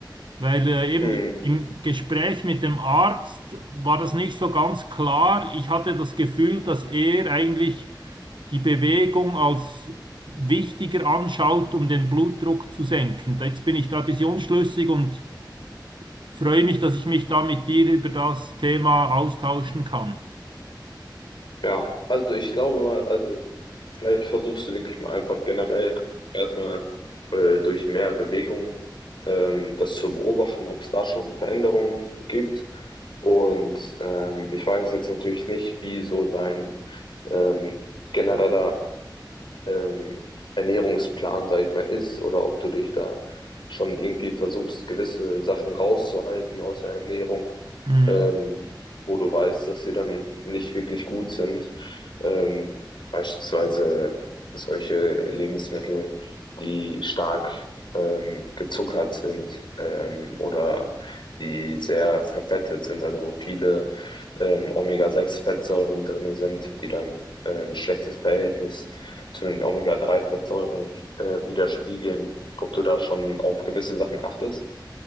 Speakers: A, on the right (about 80°); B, on the left (about 90°).
A: Weil äh, eben
B: Hm,
A: im Gespräch mit dem Arzt war das nicht so ganz klar. Ich hatte das Gefühl, dass er eigentlich die Bewegung als wichtiger anschaut, um den Blutdruck zu senken. Jetzt bin ich da ein bisschen unschlüssig und freue mich, dass ich mich da mit dir über das Thema austauschen kann.
B: ja, also ich glaube mal, also vielleicht versuchst du wirklich mal einfach generell erstmal äh, durch mehr Bewegung ähm, das zu beobachten, ob es da schon Veränderungen gibt. Und ähm, ich weiß jetzt natürlich nicht, wie so dein ähm, genereller ähm, Ernährungsplan, sag ich mal, ist oder ob du dich da schon irgendwie versuchst, gewisse Sachen rauszuhalten aus der Ernährung
A: Mhm.
B: ähm, wo du weißt, dass sie dann nicht wirklich gut sind. Ähm, beispielsweise solche Lebensmittel, die stark ähm, gezuckert sind ähm, oder die sehr verfettet sind, also wo viele ähm, omega sechs fettsäuren drinne sind, die dann äh, ein schlechtes Verhältnis zu den omega drei fettsäuren äh, widerspiegeln. Ob du da schon auf gewisse Sachen achtest?